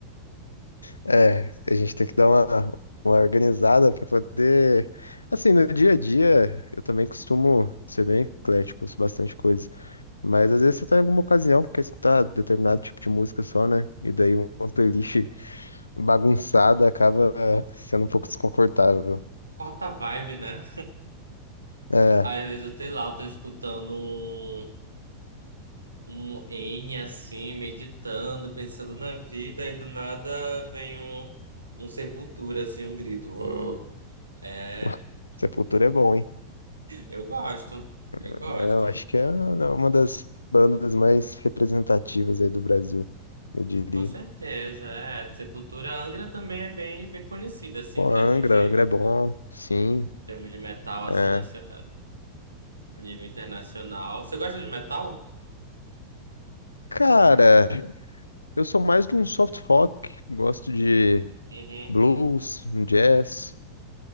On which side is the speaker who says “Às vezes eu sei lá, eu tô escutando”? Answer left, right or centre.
Right